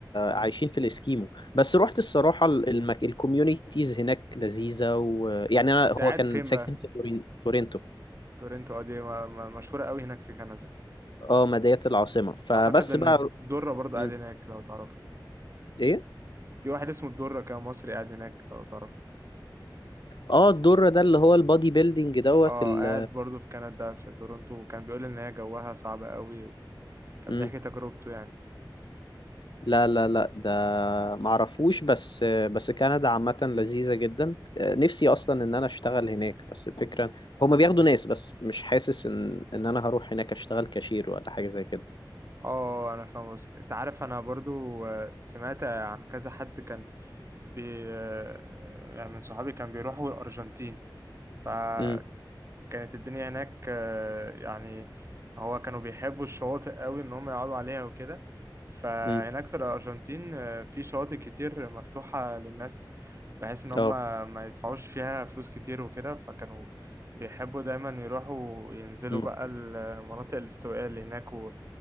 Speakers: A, on the right; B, on the left.
A: مم.
B: عايشين في الاسكيمو بس رحت الصراحة المك... الكوميونيتيز هناك لذيذة ويعني انا
A: كنت قاعد
B: هو كان
A: فين
B: ساكن
A: بقى
B: في تورين... تورنتو
A: تورنتو اه دي م- م- مشهورة قوي هناك في كندا
B: اه مدينة العاصمة فبس
A: أعتقد إن
B: بقى
A: الدرة برضه
B: مم.
A: قاعد هناك لو تعرف
B: ايه
A: في واحد اسمه الدرة كان مصري قاعد هناك لو تعرف
B: اه الدور ده اللي هو البادي بيلدينج دوت
A: اه
B: ال...
A: قاعد برضه في كندا في تورنتو وكان بيقول إن هي جوها صعب قوي كان
B: مم.
A: بيحكي تجربته يعني
B: لا لا لا ده معرفوش بس بس كندا عامة لذيذة جدا آه، نفسي أصلا إن أنا أشتغل هناك بس الفكرة هما بياخدوا ناس بس مش حاسس إن إن أنا هروح هناك أشتغل كاشير ولا حاجة زي كده
A: اه انا فاهم قصدك انت عارف انا برضو آه، سمعت عن كذا حد كان بي آه، يعني من صحابي كان بيروحوا الارجنتين فكان
B: أمم
A: كانت الدنيا هناك آه، يعني هو كانوا بيحبوا الشواطئ قوي ان هم يقعدوا عليها وكده فهناك
B: أمم
A: في الارجنتين آه، في شواطئ كتير مفتوحة للناس بحيث ان هم
B: أه
A: ما يدفعوش فيها فلوس كتير وكده فكانوا بيحبوا دايما يروحوا ينزلوا
B: أمم
A: بقى المناطق الاستوائية اللي هناك و...